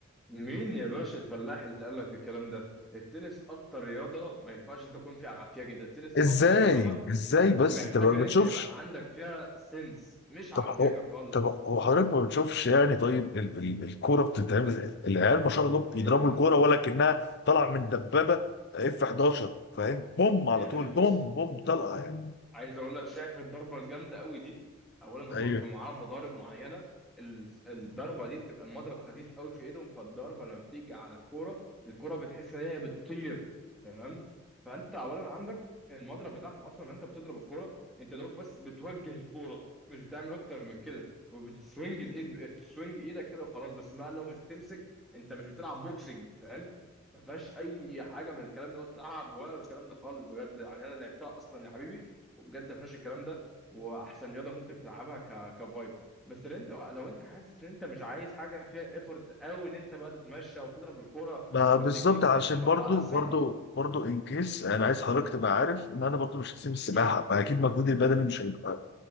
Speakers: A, in the centre; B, on the left (about 50°).
A: مين يا باشا الفلاح اللي قال لك الكلام ده؟ التنس اكتر رياضة ما ينفعش انت تكون فيها عافية جدا، التنس
B: ازاي
A: اكتر رياضة
B: ازاي بس
A: محتاج
B: انت ما
A: ان انت
B: بتشوفش
A: يبقى عندك فيها سنس مش
B: طب
A: عفيجة
B: هو
A: خالص
B: طب هو حضرتك ما بتشوفش يعني طيب ال ال الكورة بتتعمل ازاي؟ العيال ما شاء الله بيضربوا
A: يا
B: الكورة
A: ح-
B: ولا كأنها طالعة من دبابة اف 11 فاهم بوم على
A: يا
B: طول
A: حبيبي
B: بوم
A: بص
B: بوم طلقة يعني
A: عايز اقول لك شايف الضربه الجامده قوي دي اولا هم
B: ايوه
A: بيبقوا معاهم مضارب معينه ال- الضربه دي بتبقى المضرب خفيف قوي في ايدهم فالضربه لما بتيجي على الكوره الكوره بتحس ان هي بتطير تمام فانت اولا عندك المضرب بتاعهم اصلا لما انت بتضرب الكوره انت دوك بس بتوجه الكوره مش بتعمل اكتر من كده وبتسوينج الايد بتسوينج ايدك كده وخلاص بس بقى لو مش بتمسك انت مش بتلعب بوكسنج فاهم ما فيهاش اي حاجه من الكلام ده ولا تعب ولا الكلام ده خالص بجد يعني انا لعبتها اصلا يا حبيبي وبجد ما فيهاش الكلام ده واحسن رياضه ممكن تلعبها ك كفايب بس لو انت لو انت حاسس ان انت مش عايز حاجه فيها ايفورت قوي ان انت بقى تتمشى وتضرب الكوره
B: ما
A: والتكنيك
B: بالظبط
A: ساعتها
B: علشان
A: تبقى
B: برضو
A: اسهل
B: برضو برضو ان كيس انا عايز حضرتك تبقى عارف ان انا برضو مش هسيب السباحه
A: مم.
B: فاكيد مجهودي البدني مش هيبقى